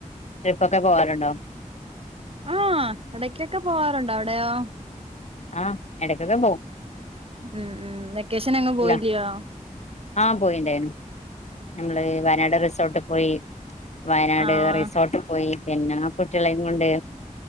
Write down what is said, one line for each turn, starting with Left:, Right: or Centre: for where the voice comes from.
Left: ട്രിപ്പ് ഒക്കെ പോവാറുണ്ടോ
Right: ആഹ് ഇടക്കൊക്കെ പോവാറുണ്ട് അവിടെയോ
Left: ആഹ് എടക്കൊക്കെ പോവും
Right: ഉം ഉം വെക്കേഷൻ എങ്ങും പോയില്ലിയോ
Left: ഇല്ല ആഹ് പോയിണ്ടായിനു നമ്മള് വയനാട് റിസോർട്ടിൽ പോയി വയനാട്
Right: ആഹ്
Left: റിസോർട്ടിൽ പോയി പിന്നെ കുട്ടികളെയും കൊണ്ട്